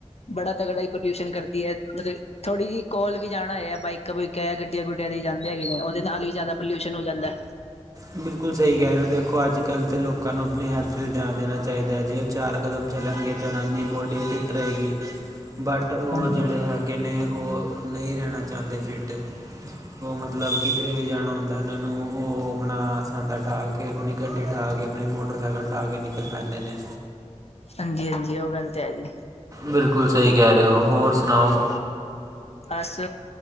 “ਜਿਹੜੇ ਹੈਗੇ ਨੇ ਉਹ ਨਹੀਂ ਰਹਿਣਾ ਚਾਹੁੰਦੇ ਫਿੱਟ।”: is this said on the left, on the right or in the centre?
Right